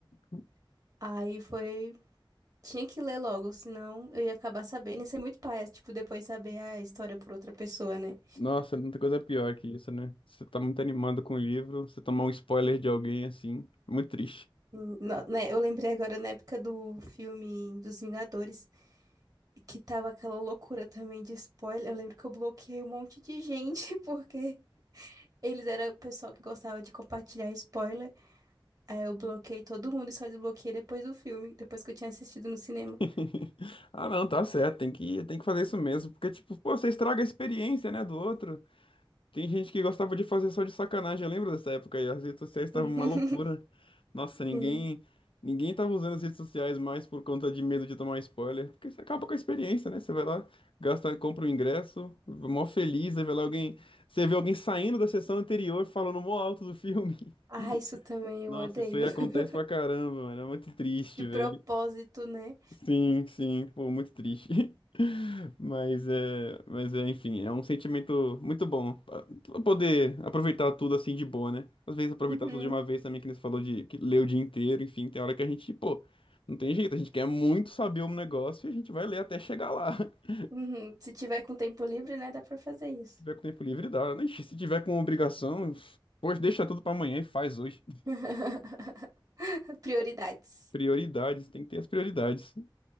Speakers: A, on the left (about 80°); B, on the right (about 45°).
A: uhum.
B: <laughs> Aí foi. Tinha que ler logo, senão eu ia acabar sabendo. Isso é muito paia, tipo, depois saber a história por outra pessoa, né?
A: Nossa, muita coisa pior que isso, né? Você tá muito animado com o livro, você tomar um spoiler de alguém assim, é muito triste.
B: E, no- né? Eu lembrei agora na época do filme dos Vingadores, que tava aquela loucura também de spoiler. Eu lembro que eu bloqueei um monte de gente, <laughs> porque eles eram o pessoal que gostava de compartilhar spoiler. Aí eu bloqueei todo mundo e só desbloqueei depois do filme, depois que eu tinha assistido no cinema.
A: <laughs> Ah, não, tá certo, tem que, tem que fazer isso mesmo, porque, tipo, pô, você estraga a experiência, né, do outro. Tem gente que gostava de fazer só de sacanagem, eu lembro dessa época aí, as redes sociais estavam
B: <laughs>
A: uma loucura. Nossa, ninguém
B: Sim.
A: ninguém tava usando as redes sociais mais por conta de medo de tomar spoiler, porque você acaba com a experiência, né? Você vai lá, gasta, compra o ingresso, mó feliz, aí vai lá alguém, você vê alguém saindo da sessão anterior falando mó alto do filme.
B: Ah,
A: <laughs>
B: isso também eu
A: Nossa,
B: odeio.
A: isso aí acontece
B: <laughs>
A: pra caramba, mano, é muito triste,
B: De propósito,
A: velho.
B: né?
A: Sim, sim, pô, muito triste. <laughs> Mas é, mas é, enfim, é um sentimento muito bom pra- pra poder aproveitar tudo assim de boa, né? Às vezes aproveitar
B: Uhum,
A: tudo de uma vez também, que nem você falou de que ler o dia inteiro, enfim, tem hora que a gente, pô, não tem jeito, a gente quer muito saber um negócio e a gente vai ler até chegar lá. <laughs> Se
B: uhum. Se tiver com tempo livre, né, dá pra fazer isso.
A: tiver com tempo livre, dá. né? Ixi, se tiver com obrigação, poxa, deixa tudo pra amanhã e faz hoje.
B: <laughs> Prioridades.
A: Prioridades, tem que ter as prioridades,